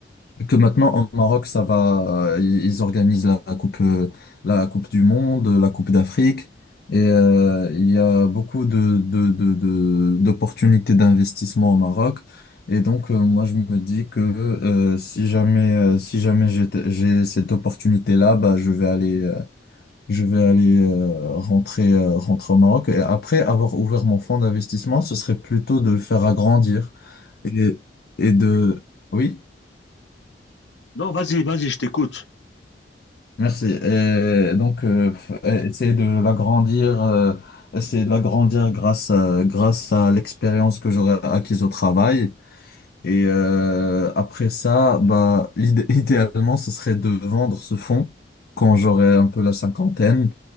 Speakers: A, on the left; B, on the left.
A: que maintenant au Maroc ça va euh, ils ils organisent la la coupe euh, la coupe du monde la coupe d'Afrique et euh, il y a beaucoup de de de de- d'opportunités d'investissement au Maroc et donc euh, moi je me dis que euh, si jamais euh, si jamais j'ai j'ai cette opportunité là bah je vais aller euh, je vais aller euh, rentrer euh, rentrer au Maroc et après avoir ouvert mon fonds d'investissement ce serait plutôt de le faire agrandir et et de oui
B: Non, vas-y, vas-y, je t'écoute.
A: Merci. Et donc, euh, f- euh, essayer de l'agrandir, euh, essayer de l'agrandir grâce à, grâce à l'expérience que j'aurai acquise au travail et euh, après ça, bah, l'idé- <laughs> idéalement, ce serait de vendre ce fonds quand j'aurai un peu la cinquantaine,